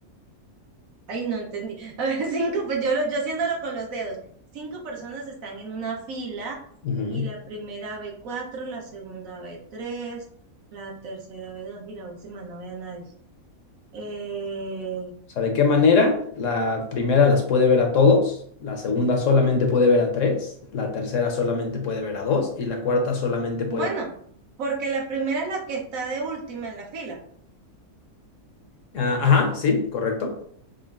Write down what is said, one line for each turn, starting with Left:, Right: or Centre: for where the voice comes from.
Right: Ay, no entendí. <laughs> A ver, cinco, pues yo, lo- yo haciéndolo con los dedos. Cinco personas están en una fila
Left: Ujú.
Right: y
Left: O
Right: la primera ve cuatro, la segunda ve tres, la tercera ve dos y la última no ve a nadie. Eh,
Left: sea, ¿de qué manera? La primera las puede ver a todos, la segunda solamente puede ver a tres, la tercera solamente puede ver a dos y la cuarta solamente puede
Right: Bueno,
Left: ver.
Right: porque la primera es la que está de última en la fila.
Left: Ah, ajá, sí, correcto.